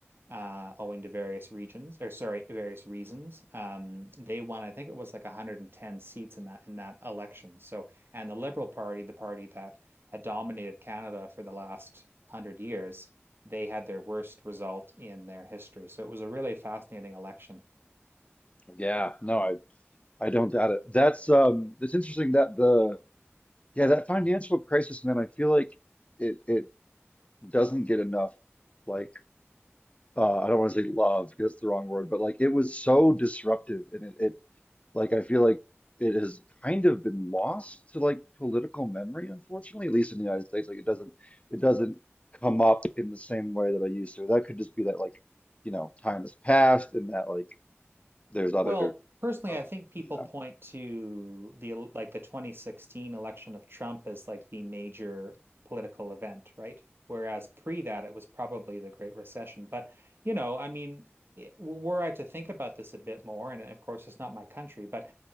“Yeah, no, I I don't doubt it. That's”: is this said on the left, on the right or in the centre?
Left